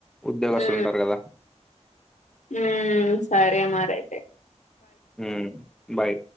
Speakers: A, in the centre; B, on the left.
A: ఉద్యోగస్తులుంటారు
B: ఉ
A: కదా!
B: ఉ సరే మారియితే
A: ఉ బాయ్